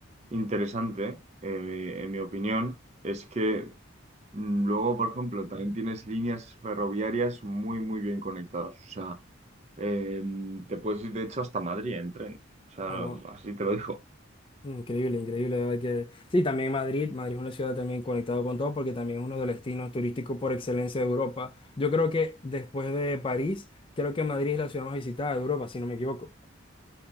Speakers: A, on the right; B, on the left.
A: interesante, eh, en mi opinión, es que mm, luego, por ejemplo, también tienes líneas ferroviarias muy, muy bien conectadas. O sea, Eh, te puedes ir, de hecho, hasta Madrid en tren. O sea,
B: Ah, wow.
A: así te lo digo.
B: Increíble, increíble, de verdad que... Sí, también Madrid, Madrid es una ciudad también conectada con todo porque también es uno de los destinos turísticos por excelencia de Europa. Yo creo que después de París, creo que Madrid es la ciudad más visitada de Europa, si no me equivoco.